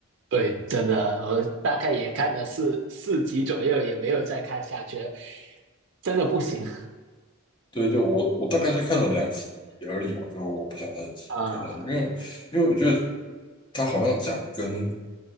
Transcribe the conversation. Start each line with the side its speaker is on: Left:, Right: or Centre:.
Right: 对，真的，我大概也看了四四集左右，也没有再看下去了，真的不行
Left: 对对，我我大概是看了两集而已，我就不想再继续看下去，
Right: <laughs> 啊。
Left: 因为因为我觉得他好像讲跟